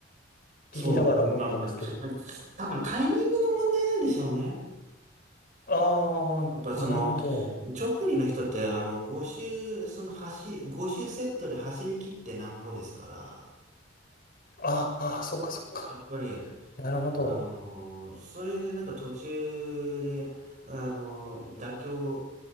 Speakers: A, on the left (about 50°); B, on the right (about 40°).
A: 聞きながら思ったんですけど。
B: そう、まあまあ、まあ多分タイミングの問題なんでしょうね。
A: ああ、
B: やっぱその、
A: なるほど。
B: 長距離の人って、あの、5周、その走り、5周セットで走り切ってなんぼですから、
A: ああ、そっかそっか。
B: やっぱり、
A: なるほど。
B: あのーそれでなんか途中で、あのー妥協